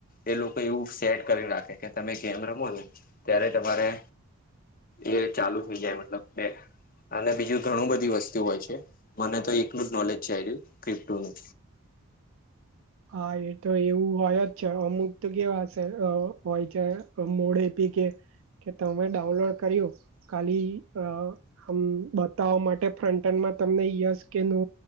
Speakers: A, on the left; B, on the right.
A: એ લોકો એવું સેટ કરી નાખે કે તમે ગેમ રમો ને ત્યારે તમારે. એ ચાલુ થઈ જાય, મતલબ બે અને બીજું, ઘણું બધી વસ્તુ હોય છે. મને તો એકનું જ નોલેજ છે, ક્રિપ્ટો નું.
B: હા, એ તો એવું હોય જ છે. અમુક તો કેવા હશે, હોય છે મોડે પી કે કે તમે ડાઉનલોડ કર્યું? ખાલી આમ બતાવા માટે ફ્રન્ટનમાં તમને યસ કે નો